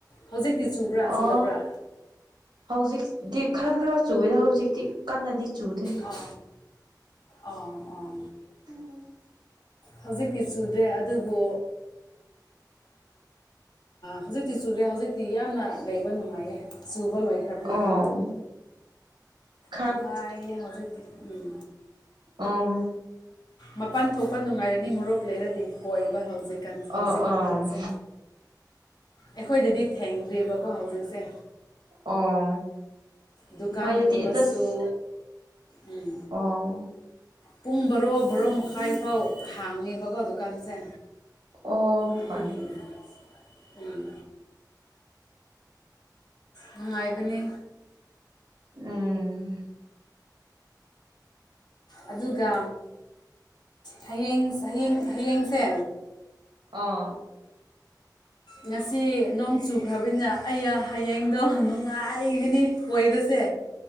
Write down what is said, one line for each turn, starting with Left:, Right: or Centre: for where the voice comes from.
Left: ꯍꯧꯖꯤꯛꯇꯤ ꯆꯨꯕ꯭ꯔꯥ
Right: ꯑꯣ
Left: ꯆꯨꯗꯕ꯭ꯔꯥ
Right: ꯍꯧꯖꯤꯛꯇꯤ ꯈꯔ ꯈꯔ ꯆꯨꯨꯔꯦꯗ ꯍꯧꯖꯤꯛꯇꯤ ꯀꯟꯅꯗꯤ ꯆꯨꯗꯦ
Left: ꯑꯣ ꯑꯣ ꯑꯣ
Right: ꯎꯝ
Left: ꯍꯧꯖꯤꯛꯇꯤ ꯆꯨꯗ꯭ꯔꯦ ꯑꯗꯨꯕꯨ ꯍꯧꯖꯤꯛꯇꯤ ꯆꯨꯔꯦ ꯍꯧꯖꯤꯛꯇꯤ ꯌꯥꯝꯅ ꯂꯩꯕ ꯅꯨꯡꯉꯥꯏꯌꯦ ꯆꯨꯕ ꯂꯣꯏꯈ꯭ꯔꯕꯤꯀꯣ
Right: ꯑꯣ ꯈꯔꯕꯨꯗꯤ
Left: ꯅꯨꯡꯉꯥꯏ ꯍꯧꯕꯣꯏꯗꯤ ꯎꯝ
Right: ꯑꯥ
Left: ꯃꯄꯥꯟ ꯊꯣꯛꯄ ꯅꯨꯡꯉꯥꯏꯔꯅꯤ ꯃꯨꯞ ꯂꯩꯔꯗꯤ ꯀꯣꯏꯕ ꯍꯧꯖꯤꯛ ꯍꯧꯖꯤꯛ
Right: ꯑꯣ ꯑꯣ
Left: ꯃꯇꯝꯁꯦ ꯑꯩꯈꯣꯏꯗꯗꯤ ꯊꯦꯡꯗ꯭ꯔꯤꯕꯀꯣ ꯍꯧꯖꯤꯛꯁꯦ
Right: ꯑꯣ
Left: ꯗꯨꯀꯥꯟꯒꯨꯝꯕꯁꯨ
Right: ꯑꯩꯈꯣꯏꯗꯗꯤ ꯑꯁ
Left: ꯎꯝ
Right: ꯑꯣ
Left: ꯄꯨꯡ ꯕꯣꯔꯣ ꯕꯣꯔꯣ ꯃꯈꯥꯏꯐꯥꯎ ꯍꯥꯡꯉꯦꯕꯀꯣ ꯗꯨꯀꯥꯟꯁꯦ
Right: ꯑꯣ
Left: ꯑꯗꯨ
Right: ꯐꯩ
Left: ꯍꯅ ꯎꯝ ꯅꯨꯡꯉꯥꯏꯕꯅꯤ
Right: ꯎꯝ
Left: ꯑꯗꯨꯒ ꯍꯌꯦꯡ ꯍꯌꯦꯡ ꯍꯌꯦꯡꯁꯦ
Right: ꯑꯥ
Left: ꯉꯁꯤ ꯅꯣꯡ ꯆꯨꯈ꯭ꯔꯕꯅꯤꯅ ꯑꯩꯩꯅ ꯍꯌꯦꯡꯗꯣ ꯅꯨꯡꯉꯥꯏꯒꯅꯤ ꯀꯣꯏꯕꯁꯦ